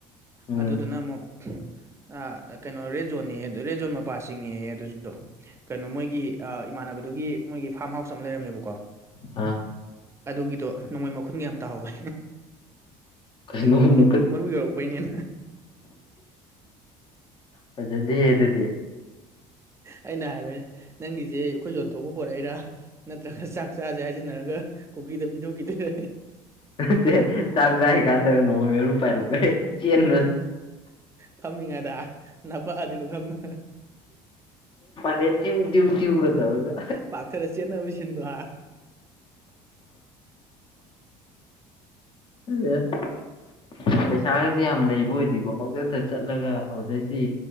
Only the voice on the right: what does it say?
ꯑꯗꯨꯗꯨꯅ ꯑꯃꯨꯛ ꯑꯩ ꯀꯩꯅꯣ ꯔ‌ꯦꯗꯖꯣꯟꯅ‌ꯦ ꯌ‌ꯦ ꯔꯦꯗꯖꯣꯟ ꯃꯄꯥ ꯆꯤꯡꯉꯦꯌ‌ꯦ ꯑꯗꯨꯖꯨ ꯀꯩꯅꯣ ꯃꯣꯏꯒꯤ ꯑ ꯏꯃꯥꯟꯅꯕꯗꯨꯒꯤ ꯃꯣꯏꯒꯤ ꯐꯥꯝ ꯍꯥꯎꯁ ꯑꯃ ꯂꯩꯔꯝꯃꯦꯕꯀꯣ
ꯑꯗꯨꯒꯤꯗꯣ ꯅꯣꯡꯃꯩ ꯃꯈꯨꯟꯒ ꯌꯥꯝ ꯇꯥꯍꯧꯋꯦ
ꯅꯣꯡꯃꯩ ꯃꯔꯨ ꯌꯧꯔꯛꯄꯩꯅꯦꯅ
ꯑꯩꯅ ꯍꯥꯏꯕ ꯅꯪꯒꯤꯖ‌ꯦ ꯑꯩꯈꯣꯏ ꯌꯣꯟꯊꯣꯛꯄ ꯄꯣꯔꯛꯏꯔꯥ ꯅꯠꯇ꯭ꯔꯒ ꯆꯥꯛ ꯆꯥꯖ‌ꯦ ꯍꯥꯏꯖꯤꯟꯅꯔꯒ ꯀꯨꯀꯤꯗ ꯄꯤꯊꯣꯛ ꯈꯤꯗ‌ꯣꯏꯔ
ꯐꯝꯃꯤꯉꯩꯗ ꯅꯄꯛꯑꯗꯤ ꯂꯨꯈꯝꯅ
ꯄꯥꯥꯛꯊꯔ ꯆ‌ꯦꯟꯅ ꯕꯩ ꯁꯤꯟꯗꯣ ꯍꯥ